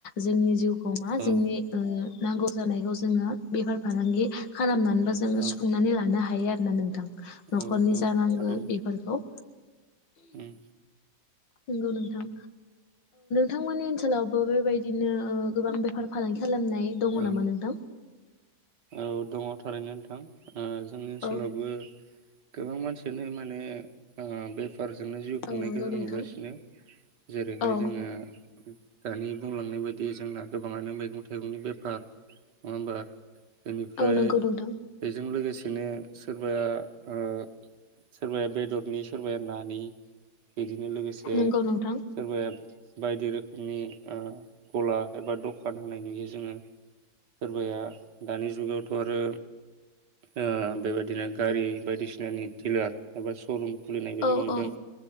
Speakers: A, on the left; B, on the right.
A: जोंनि जिउ हमा
B: औ
A: जोंनि ओ नांगौ जानायखौ जोङो बेफार फालांगि खालामना जेनबा जोङो
B: औ
A: सुफुंनानै लानो हा हायो आरो ना नोंथां। न'खरनि
B: औ औ
A: जानांगो
B: थारैनो
A: बेफोरखौ
B: उम।
A: नंगौ नोंथां। थांमोनानि ओनसोलावबो बेबायदिनो ओ गोबां बेफार फालांगि खालामनाय दङ
B: औ
A: नामा नोंथां?
B: औ दङ थारैनो नोंथां। ओ जोंनि ओनसोलावबो
A: औ
B: गोबां मानसियानो माने ओ बेफो फोरजोंनो जिउ खुंनायखो
A: औ नंगौ
B: जों
A: नोंथां।
B: नुगासिनो, जेरैहाय
A: औ
B: जोङो दानि बुंलांनाय बादि जोंना गोबाङानो मैगं थाइगंनि बेफार, नङा होमबा? बेनिफ्राय
A: औ नंगौ नोंथां
B: बेजों लोगोसेनो सोरबाया ओ सोरबाया बेदरनि, सोरबाया नानि। बिदिनो लोगोसे
A: नंगौ नोंथां
B: सोरबाया बायदि रोखोमनि ओ गला एबा द'खान होनाय नुयो जोङो सोरबाया दानि जुगावथ' आरो ओ बेबायदिनो गारि बायदिसिनानि दिलार एबा स' रुम खुलिनायबो जों
A: औ
B: नुदों
A: औ